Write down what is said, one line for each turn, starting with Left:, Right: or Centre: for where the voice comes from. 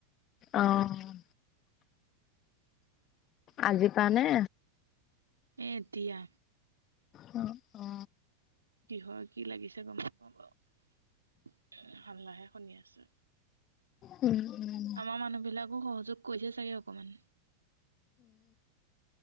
Left: অ' আজিপা নে
Right: এতিয়া
Left: অ অ
Right: কিহৰ কি লাগিছে গম নাপাও বাৰু উম হাল্লা হে শুনি আছো
Left: উম উম
Right: আমাৰ মানুহ বিলাক মোক সহযোগ কৰিছে চাগে অকণমান